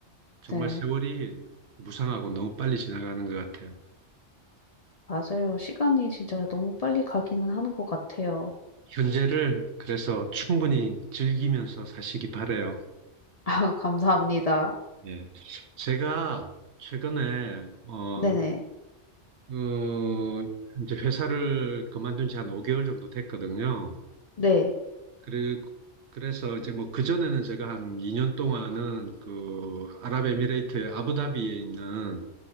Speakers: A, on the right; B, on the left.
A: 정말
B: 네.
A: 세월이 무상하고 너무 빨리 지나가는 것 같아요.
B: 맞아요. 시간이 진짜 너무 빨리 가기는 하는 것 같아요.
A: 현재를 그래서 충분히 즐기면서 사시기 바래요.
B: <laughs> 감사합니다.
A: 예. 제가 최근에 어,
B: 네네.
A: 어, 이제 회사를 그만둔 지 한 5개월 정도 됐거든요.
B: 네.
A: 그리고 그래서 이제 뭐 그전에는 제가 한 2년 동안은 그 아랍에미레이트의 아부다비에 있는